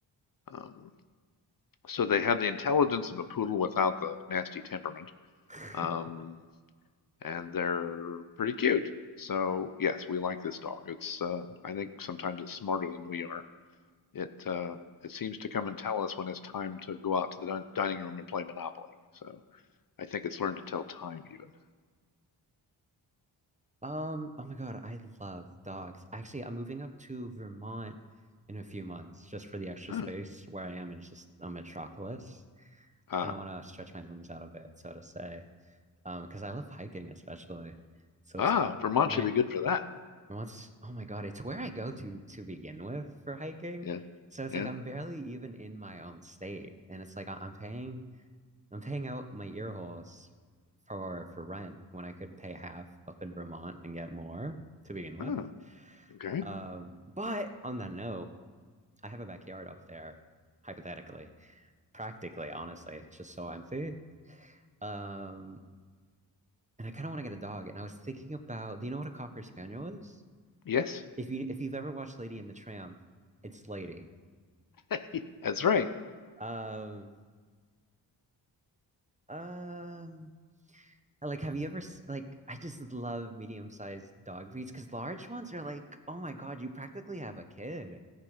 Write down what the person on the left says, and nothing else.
Um, so they have the intelligence of a poodle without the nasty temperament.
Um, and they're pretty cute. So yes, we like this dog. It's uh, I think sometimes it's smarter than we are. It uh, it seems to come and tell us when it's time to go out to the din- dining room and play Monopoly. So I think it's learned to tell time even.
Huh.
Ah
ah,
Vermont
should
be good for that.
Yeah
yeah.
Ah, okay.
Yes,
<laughs> that's right.